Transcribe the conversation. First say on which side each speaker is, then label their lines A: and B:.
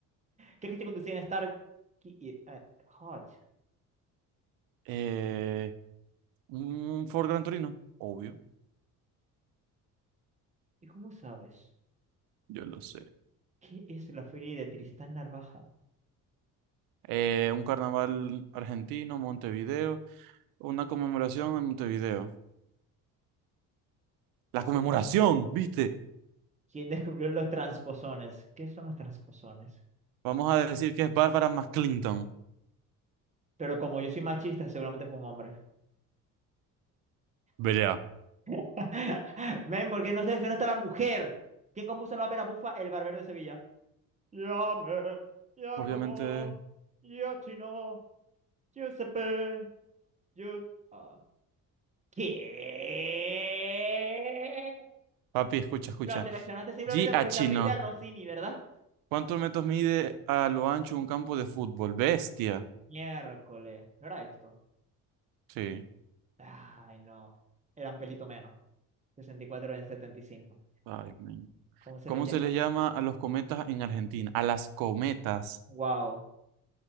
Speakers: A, on the right; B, on the right.
A: ¿Qué coche conducían Stark Ki- y eh, Hutch?
B: Eh, un Ford Gran Torino, obvio,
A: ¿Y cómo sabes?
B: yo lo sé.
A: ¿Qué es la feria de Tristán Narvaja?
B: Eh, un carnaval argentino, Montevideo. Una conmemoración en Montevideo.
A: Pues
B: La conmemoración,
A: sí,
B: ¿viste?
A: ¿Quién descubrió los transposones? ¿Qué son los transposones?
B: Vamos a decir que es Bárbara McClinton.
A: Pero como yo soy machista, seguramente fue un hombre.
B: Belea.
A: <laughs> Men, ¿por qué no seleccionaste a la mujer? ¿Quién compuso la ópera bufa El Barbero de Sevilla? Llame, Giacomo,
B: Obviamente,
A: Giochino, Giuseppe, Giu- Ah. ¿Qué?
B: papi, escucha, escucha.
A: Lo seleccionaste simplemente
B: G a
A: porque
B: chino.
A: se apellida Rossini, ¿verdad?
B: ¿Cuántos metros mide a lo ancho un campo de fútbol? Bestia.
A: Miércoles. ¿No era esto?
B: Sí.
A: Ay, no. Era un pelito menos. 64 en 75.
B: Ay, men.
A: ¿Cómo se
B: ¿Cómo
A: les llama?
B: se les llama a los cometas en Argentina? A las cometas.
A: Wow.